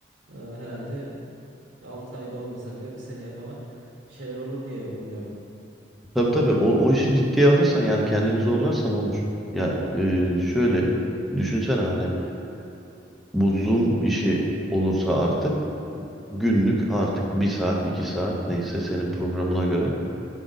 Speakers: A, on the right; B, in the centre.
A: e, herhalde 6 ayda olmasa bile bir seneye falan bir şeyler olur diye umuyorum.
B: Tabii tabii o, o işi ciddiye alırsan yani kendini zorlarsan olur. Yani e, şöyle düşünsene hani bu Zoom işi olursa artık günlük artık bir saat iki saat neyse senin programına göre